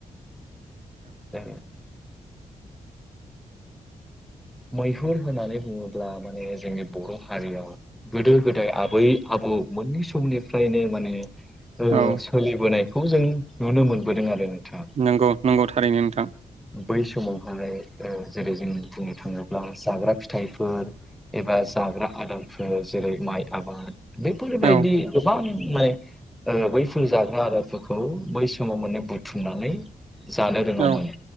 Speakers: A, in the centre; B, on the right (about 50°).
A: जायो। मैहुर होननानै बुंङोब्ला माने जोंनि बर हारियाव गोदो गोदाय आबै आबौ मोननै समनिफ्रायनो माने ओ
B: औ
A: सोलिबोनायखौ जों नुनो मोनबोदों आरो। नोंथां
B: नंगौ नंगौ थारैनो नोंथां।
A: बै समावहाय ओ जेरै जों बा जाग्रा फिथाइफोर एबा जाग्रा आदारफोर जेरै माइ आबाद बेफोरबायदि
B: औ
A: गोबां माने बैफोर जाग्रा आदारफोरखौ बै समाव माने बुथुमनानै जानो रोंङामोन
B: औ